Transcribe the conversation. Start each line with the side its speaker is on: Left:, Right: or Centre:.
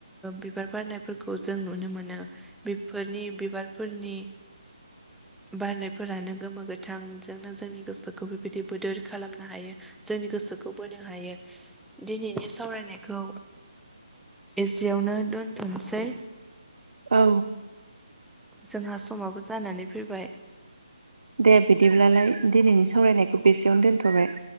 Centre: बिबार बारनायफोरखौ जों नुनो मोनोह बेफोरनि बिबारफोरनि बारनायफोरानो गोमो गोथांजोंनो जोंनि गोसोखौ बेबायदि बोदोर खालामनो हायो। जोंनि गोसोखौ बोनो हायो दिनैनि सावरायनायखौ एसेयावनो दोनथ'सै
Right: औ।
Centre: जोंहा समाबो जानानै फैबाय।
Right: दे बिदिब्लालाय दिनैनि सावरायनायखौ बेसेयावनो दोनथ'बाय।